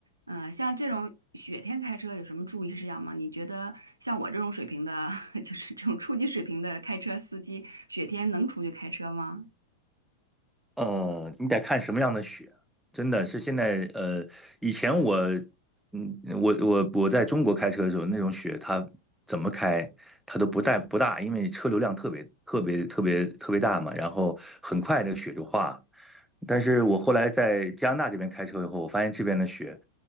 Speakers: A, on the right; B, in the centre.
A: 嗯、像这种雪天开车有什么注意事项吗？你觉得像我这种水平的，<laughs> 就是这种初级水平的开车司机，雪天能出去开车吗？
B: 呃，你得看什么样的雪，真的是现在，呃，以前我，嗯，我我我在中国开车的时候，那种雪它怎么开，它都不带不大，因为车流量特别特别特别特别大嘛，然后很快那个雪就化了。但是我后来在加拿大这边开车以后，我发现这边的雪，